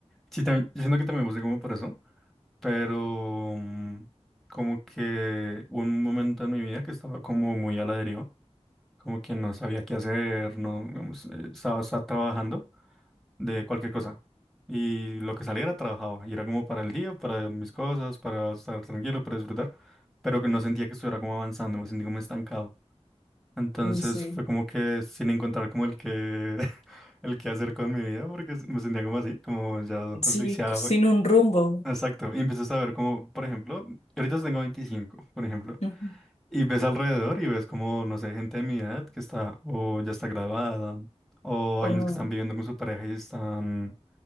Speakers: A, in the centre; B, on the left (about 80°).
A: Sí, también, yo siento que también pasé como por eso, pero mm, como que hubo un momento en mi vida que estaba como muy a la deriva, como que no sabía qué hacer, no, digamos, eh, estaba, estaba trabajando. de cualquier cosa. Y lo que saliera trabajaba. Y era como para el día, para mis cosas, para estar tranquilo, para disfrutar. Pero que no sentía que estuviera como avanzando, me sentí como estancado. Entonces
B: Uy, sí,
A: fue como que sin encontrar como el que, <laughs> el que hacer con mi vida, porque s- me sentía como así, como ya
B: sí,
A: asfixiado.
B: sin un rumbo.
A: Exacto. Y empiezas a ver como, por ejemplo, ahorita tengo 25 por ejemplo.
B: Ujú.
A: Y ves alrededor y ves como, no sé, gente de mi edad que está o ya está graduada, o
B: Oh,
A: hay unos que están viviendo con su pareja y están